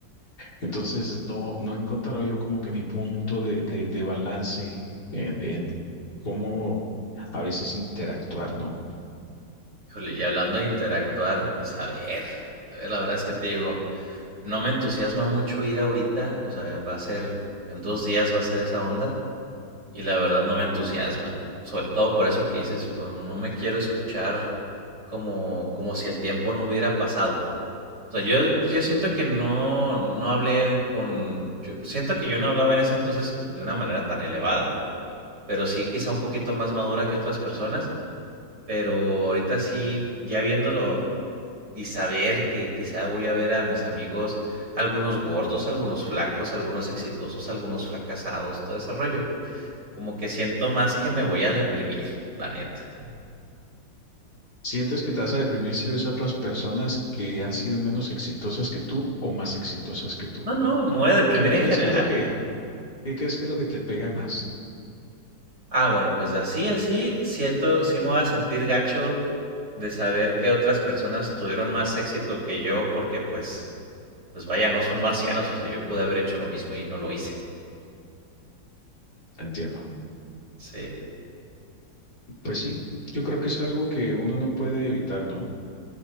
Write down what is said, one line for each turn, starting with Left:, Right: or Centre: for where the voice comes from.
Left: Entonces no, no he encontrado yo como que mi punto de, de- de balance en, en cómo a veces interactuar, ¿no?
Right: Híjole, y hablando de interactuar, pues a ver, a ver, la verdad es que te digo, no me entusiasma mucho ir ahorita, o sea, va a ser, en dos días va a ser esa onda, y la verdad no me entusiasma, sobre todo por eso que dices, bueno, no me quiero escuchar como, como si el tiempo no hubiera pasado. O sea, yo, yo siento que no, no hablé con, yo siento que yo no hablaba en ese entonces de una manera tan elevada, pero sí quizá un poquito más madura que otras personas, pero ahorita sí, ya viéndolo y saber que quizá voy a ver a mis amigos, algunos gordos, algunos flacos, algunos exitosos, algunos fracasados, todo ese rollo. Como que siento más que me voy a deprimir, la neta.
Left: ¿Sientes que te vas a deprimir si ves a otras personas que han sido menos exitosas que tú o más exitosas que tú?
Right: No, no, me voy a deprimir
Left: ¿Qué
Right: en
Left: crees
Right: general.
Left: que es lo que, qué crees que es lo que te pega más?
Right: Ah, bueno, pues así, así, siento, sí me voy a sentir gacho de saber que otras personas tuvieron más éxito que yo porque pues, pues vaya, no son marcianos, o sea, yo pude haber hecho lo mismo y no lo hice.
Left: Entiendo.
Right: Sí,
Left: Pues sí, yo creo que es algo que uno no puede evitar, ¿no?